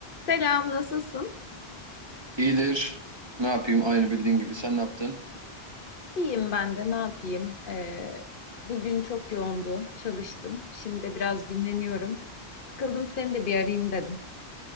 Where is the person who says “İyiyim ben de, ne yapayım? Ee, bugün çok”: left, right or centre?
Left